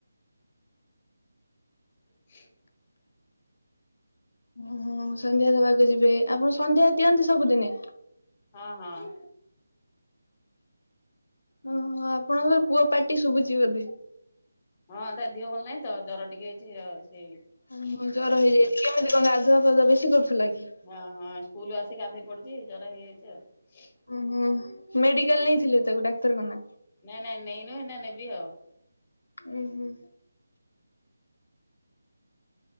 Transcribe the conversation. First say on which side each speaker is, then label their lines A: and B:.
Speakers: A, on the left; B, on the left.
A: <inaudible>
B: ଓ ହୋ ସନ୍ଧ୍ୟା ଦେବାକୁ ଯିବେ ଆପଣ ସନ୍ଧ୍ୟା ଦିଅନ୍ତି ସବୁଦିନେ?
A: ହଁ ହଁ।
B: ଓହୋ ଆପଣଙ୍କର ପୁଅ ପାଟି ଶୁଭୁଛି ବୋଧେ?
A: ହଁ ତା ଦିହ ଭଲ ନାହିଁ ତ ଜର ଟିକେ ହେଇଛି ଆଉ ସେଇ
B: ହ ମୁଁ ଜର
A: ପାଟି
B: ହେଇଯାଇଥିଲି
A: ଶୁଭୁଚି ଆଉ।
B: କେମିତି ଗାଧୁଆ ପଧୁଆ ବେଶୀ କରୁଥିଲା କି?
A: ହଁ ହଁ ସ୍କୁଲ ଆସିକି ଗାଧୋଇ ପଡିୁଛି ଜର ହେଇଯାଇଛି ଆଉ।
B: ଉଁ ହୁଁ ମେଡିକାଲ ନେଇଥିଲେ ତାକୁ ଡାକ୍ତର ଖାନା?
A: ନାଇଁ ନାଇଁ ନେଇନୁ ଏଇନା ନେବି ଆଉ।
B: ଉୁଁ ହୁଁ